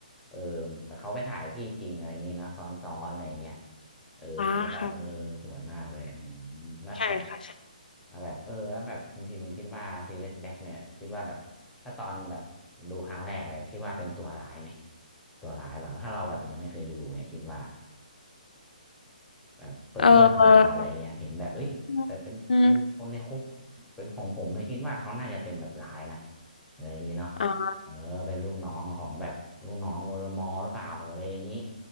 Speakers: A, in the centre; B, on the left (about 75°).
A: เออเขาไปถ่ายที่จริงอะไรอย่างงี้เนอะซ้อนๆอะไรอย่างเงี้ยเออมันก็แบบเออสวยมากเลยอื
B: อ่าค่ะ
A: มแล้วแบบ
B: ใช่ค่ะใช่
A: แล้วแบบเออแล้วแบบคุณพิมพ์คิดว่าซีรีสแบ็กเนี่ยคิดว่าแบบถ้าตอนแบบดูครั้งแรกเลยคิดว่าเป็นตัวร้ายไหมตัวร้ายแบบถ้าเราแบบยังไม่เคยดูเนี่ยคิดว่า แบบเปิดเรื่องมาอะไรเงี้ยเห็นแบบเอ้ยแบบเป็นเป็นคนในคุก
B: เอออืมอืม
A: เป็นของผมเลยคิดว่าเขาน่าจะเป็นแบบหลายนะอะไรอย่างงี้เนาะ
B: อ่า
A: เออเป็นลูกน้องของแบบลูกน้องวรมอหรือเปล่าอะไรอย่างงี้